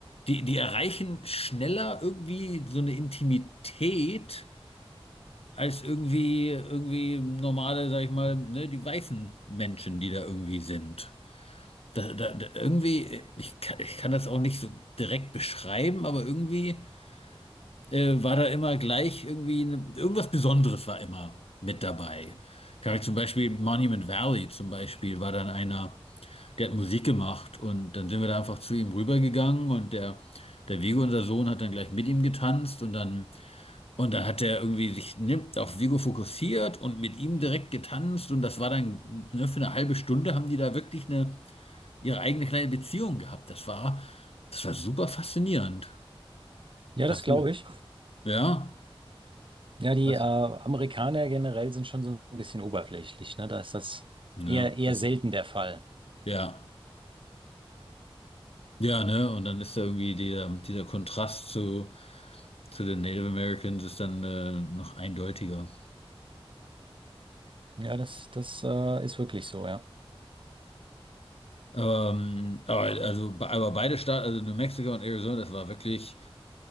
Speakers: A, on the left (about 80°); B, on the right (about 55°).
A: die, die erreichen schneller irgendwie so eine Intimität als irgendwie, irgendwie normale, sag ich mal, ne, die weißen Menschen, die da irgendwie sind. Da, da, da, irgendwie, äh, ich kann, ich kann das auch nicht so direkt beschreiben, aber irgendwie. äh, war da immer gleich irgendwie ne, irgendwas Besonderes war immer mit dabei. Kann ich zum Beispiel Monument Valley zum Beispiel war dann einer, der hat Musik gemacht und dann sind wir da einfach zu ihm rübergegangen und der, der Vigo, unser Sohn, hat dann gleich mit ihm getanzt und dann und dann hat er irgendwie sich ne, auf Vigo fokussiert und mit ihm direkt getanzt und das war dann ne, für eine halbe Stunde haben die da wirklich eine ihre eigene kleine Beziehung gehabt. Das war das war super faszinierend.
B: Ja,
A: Das,
B: das glaube ich.
A: ja,
B: Ja, die
A: was,
B: äh, Amerikaner generell sind schon so ein bisschen oberflächlich. Ne? Da ist das
A: Ne,
B: eher, eher
A: das
B: selten
A: ist,
B: der Fall.
A: ja, ja, ne, und dann ist da irgendwie dieser, dieser Kontrast zu, zu den Native Americans ist dann äh, noch eindeutiger.
B: Ja, das, das äh, ist wirklich so, ja.
A: Ähm, aber, also, be- aber beide Staaten, also New Mexico und Arizona, das war wirklich